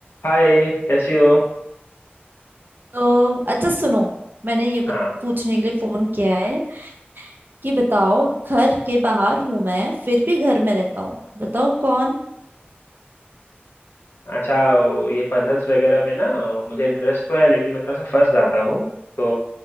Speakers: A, on the left; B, on the right.
A: हाय कैसी हो
B: तो अच्छा सुनो मैंने ये बत-
A: हाँ
B: पूछने के लिए फोन किया है कि बताओ घर के बाहर हूं मैं फिर भी घर में रहता हूँ बताओ कौन
A: अच्छा वो ये पजल्स वगैरह में ना मुझे इंटरेस्ट तो है लेकिन मैं थोड़ा सा फंस जाता हूँ तो